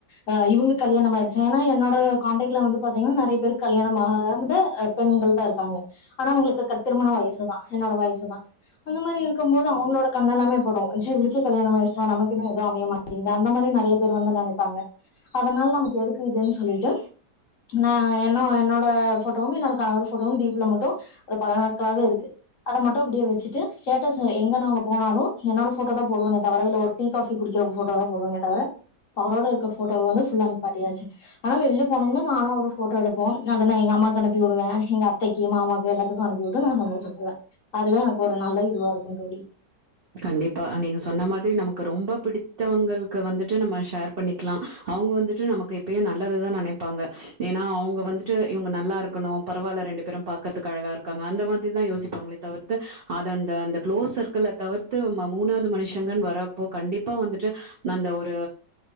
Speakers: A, on the left; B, on the right.
A: ஆ இவுங்களுக்கு கல்யாணமாயிருச்சா ஆனா என்னோட காண்டாக்ட்ல வந்து பாத்தீங்கன்னா நறையப் பேருக்கு கல்யாணமாகாமதா ஆ பெண்கள் தா இருக்காங்க ஆனா அவங்களுக்கு க திருமண வயசுதா என்னோட வயசுதா அந்த மாரி இருக் கும் போது அவங்களோட கண்ணெல்லாமே படு ச்ச இவளுக்கே கல்யாணமாயிருச்சா நமக்கு இன்னு எது அமைய மாட்டங்கிது அந்த மாரி நெறைய பேரு வந்து நெனைப்பாங்க அதனால நமக்கு எதுக்கு இதுன்னு சொல்லிட்டு நா நா என்னோட ஃபோட்டோவு என்னோட கணவர் போட்டோவு டீபில மட்டு அது பல நாட்களாவே இருக்கு அத மட்டு அப்டியே வச்சுட்டு ஸ்டேடஸ் எ எங்க நாங்க போனாலு என்னோட ஃபோட்டோ தா போடுவேனே தவர இல்ல ஒரு டீ காஃபி குடிக்கிற ஃபோட்டோ தா போடுவேனே தவர அவரோட இருக்க ஃபோட்டோவ வந்து ஃபுல்லா நிப்பாட்டியாச்சு ஆனா வெளில போனோம்னா நானு அவரு ஃபோட்டோ எடுப்போ அத நா எங்க அம்மாக்கு அனுப்பி விடுவே எங்க அத்தைைக்கு மாமாக்கு எல்லாத்துக்கு அனுப்பிவுட்டு நா சந்தோஷப்படுவே அதுவே எனக்கு ஒரு நல்ல இதுவா இருக் ம் தோழி
B: கண்டிப்பா நீங்க சொன்ன மாதிரி நமக்கு ரொம்ப பிடித்தவங்களுக்கு வந்துட்டு நம்ம ஷேர் பண்ணிக்கலா அவங்க வந்துட்டு நமக்கு எப்பயு நல்லததா நெனைப்பாங்க ஏன்னா அவுங்க வந்துட்டு இவங்க நல்லாருக்கணு பரவால்ல ரெண்டு பேரு பாக்கறதுக்கு அழகாருக்காங்க அந்த மாதிரிதா யோசிப்பாங்களே தவிர்த்து அது அந்த அந்த க்ளோஸ் சர்க்கிள்ல தவிர்த்து நம்ம மூணாவது மனுஷங்கன்னு வரப்போ கண்டிப்பா வந்துட்டு அந்த ஒரு